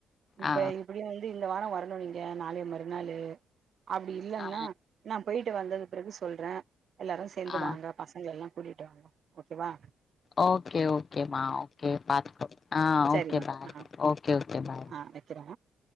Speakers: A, on the right; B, on the left.
A: இப்ப
B: ஆ
A: இப்டியே வந்து இந்த வாரோ வரணு நீங்க நாளைய மறுநாளு அப்டி இல்லன்னா
B: ஆ
A: நான் போய் ட்டு வந்தது பிறகு சொல்றே எல்லாரும் சேந்து
B: ஆ
A: வாங்க பசங்க எல்லா கூட்டிட்டு வாங்க ஓகேவா
B: ஓகே ஓகேமா ஓகே பாக் ஆ
A: சரிம்மா
B: ஓகே பாய்
A: ஆ
B: ஓகே ஓகே பாய்மா
A: ஆ வைக்கிறே